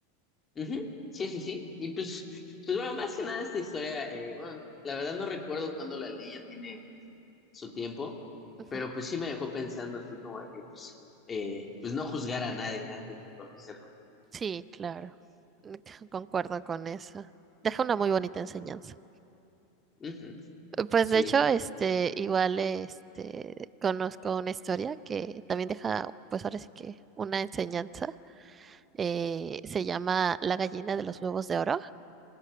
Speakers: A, on the left; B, on the right.
A: Ujú, Sí, sí, sí. Y pues, pues bueno, más que nada esta historia, eh, bueno, la verdad no recuerdo cuándo la leí, ya tiene su tiempo,
B: Ujú.
A: pero pues sí me dejó pensando así como de que, pues, eh, pues no juzgar a nadie antes de conocerlo.
B: Sí, claro, <laughs> Mm, concuerdo con eso. Deja una muy bonita enseñanza.
A: Ujú.
B: Eh, Pues
A: Sí,
B: de hecho, este, igual, este, conozco una historia que también deja, pues ahora sí que una enseñanza. Eh, se llama La gallina de los huevos de oro.